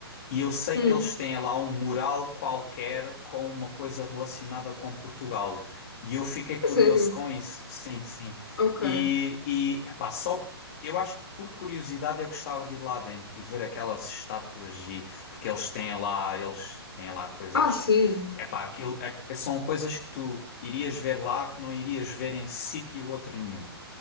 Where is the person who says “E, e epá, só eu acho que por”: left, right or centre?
Left